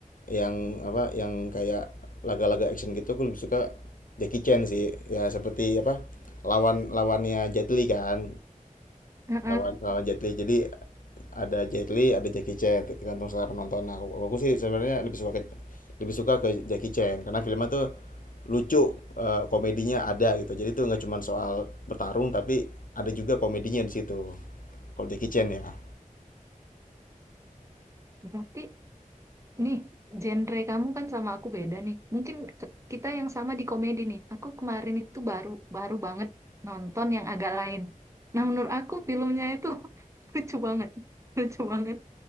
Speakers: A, on the left (about 75°); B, on the right (about 20°).
A: yang apa yang kayak laga-laga action gitu aku lebih suka Jackie Chan sih. Ya seperti apa lawan lawannya Jet Li kan
B: Mm-mm.
A: lawan lawan Jet Li. Jadi ada Jet Li, ada Jackie Chan tergantung selera penonton. Nah, aku, aku sih sebenarnya lebih suka ke, lebih suka ke Jackie Chan karena filmnya tuh lucu eh, komedinya ada gitu jadi tuh nggak cuma soal bertarung tapi ada juga komedinya di situ kalau Jackie Chan ya
B: Berarti nih genre kamu kan sama aku beda nih. Mungkin ke- kita yang sama di komedi nih. Aku kemarin itu baru baru banget nonton yang agak lain. Nah, menurut aku filmnya itu <laughs> lucu banget, lucu banget.